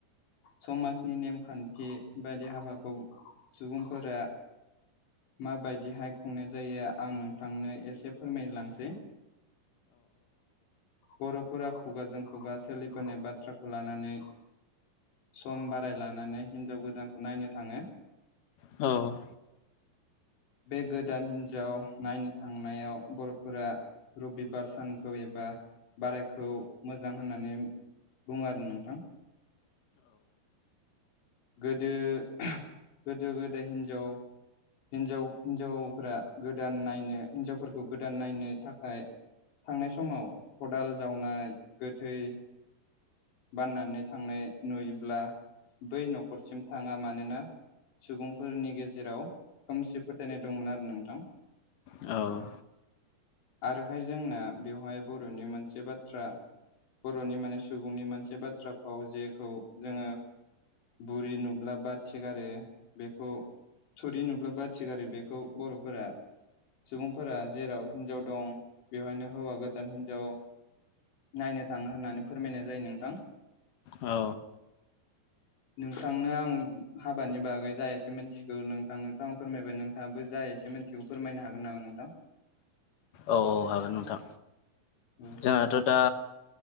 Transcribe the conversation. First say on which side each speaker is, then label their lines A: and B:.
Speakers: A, on the left; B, on the left.
A: समाजनि नेमखान्थि बायदि हाबाखौ सुबुंफोरा माबायदिहाय खुंनाय जायो आं नोंथांनो एसे फोरमायलांसै । बर'फोरा खुगाजों खुगा सोलिबोनाय बाथ्राखौ लानानै सम बाराय लानानै हिनजाव गोदानखौ नायनो थाङो ।
B: औ
A: बे गोदान हिनजाव नायनो थांनायाव बर'फोरा रबिबार सानखौ एबा बारायखौ मोजां होननानै बुङो आरो नोंथां । गोदो अह गोदो गोदाय हिनजाव हिन्जाव हिनजावफ्रा गोदान नायनो हिनजावफोरखौ गोदान नायनो थाखाय थांनाय समाव खदाल जावनाय गोथै बाननानै थांनाय नुयोब्ला बै न'खरसिम थाङा मानोना सुबुंफोरनि गेजेराव खोमसि फोथायनाय दंमोन आरो नोंथां ।
B: औ
A: <inaudible> आरोहाय जोंना बेवहाय बर'नि मोनसे बाथ्रा बर'नि माने सु बुंनि मोनसे बाथ्रा फाव जेखौ जोङो बुरि नुब्ला बाथिगारो बेखौ थुरि नुब्लाबा थिगारो बेखौ बर'फोरा सुबुंफोरा जेराव हिनजाव दं बेवहायनो हौवा गोदान हिनजाव नायनो थाङो होननानै फोरमायनाय जायो नोंथां ।
B: औ
A: नोंथांनो आं हाबानि बागै जाय एसे मिथिगौ नोंथां नोंथां फोरमायबाय नोंथाङाबो जा एसे मोनथिखौ फोरमायनो हागोन नामा नोंथां?
B: औ औ हागोन नोंथां
A: औ
B: जोंहाथ' दा